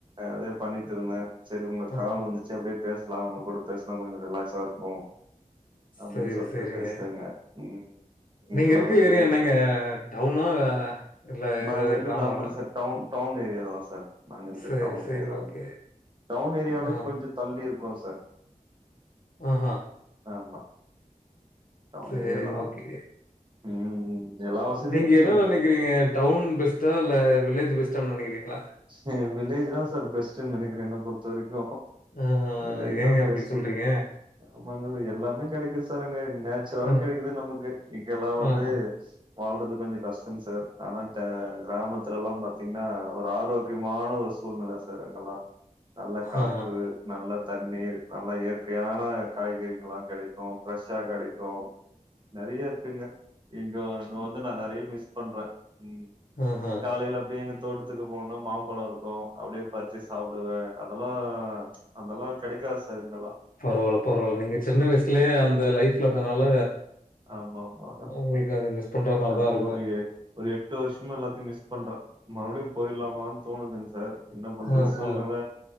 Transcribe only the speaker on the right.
அதே பண்ணிட்டு இருந்தே சரி உங்க
கால் வந்துச்சு அப்புடியே பேசலா அவுங்க கூட பேசுனா கொஞ்ச ரிலாக்ஸா இருக்கு அப்புடின்னு
சொல்லிட்டு
பேசுறேங்க ம் இன்னைக்கெல்லா
ஒரு
நாங்க இருக்கிறது
ஆமாங்க சார் டவுன் டவுன் ஏரியா தா சார் நாங்க இருக்கற
டவுன்
ஏரியா தாங்
டவுன் ஏரியாவுலியு
கொஞ்ச தள்ளி இருக்கோ சார்
ஆமா டவுன்
ஏரியா தா
ம் எல்லா வசதியு
இருக்குங்க
இங்க
ஹ் வில்லேஜ் தா சார் பெஸ்ட்டுனு நெனைக்கிறே என்னா பொறுத்த வரைக்கு
வில்லேஜ்
தா
பெஸ்ட்டு
ஆமாங்க எல்லாமே கிடைக்குது சார் அங்க நேச்சுரலா
கிடைக்குது நமக்கு இங்க எல்லா வந்து
வாழ்றது கொஞ்ச கஷ்டங்க சார் ஆனா கே கிராமத்துல எல்லா பாத்தீங்கன்னா ஒரு ஆள் ஆரோக்கியமான ஒரு சூழ்நிலை சார் அங்க எல்லா நல்ல காற்று
நல்ல தண்ணீர் நல்ல இயற்கையான காய்கறிகள்ல்லா கிடைக்கு ஃப்ரெஷ்ஷா கிடைக்கு நெறைய இருக்குங்க இங்க அங்க வந்து நா நெறைய மிஸ் பண்றே ம்
காலையில அப்புடியே எங்க தோட்டத்துக்கு போகணும்னா மாம்பழம் இருக்கும் அப்புடியே பறிச்சு சாப்பிடுவே அத எல்லா அத எல்லா கிடைக்காது சார் இங்கலா
ஆமா ஆமா
ஆமா
ஒரு ஒரு எட்டு வருஷமா எல்லாத்தையு மிஸ் பண்றே மறுபடியு போயிலாமான்னு தோணுதுங்க சார் என்ன பண்றது
சூழ்நில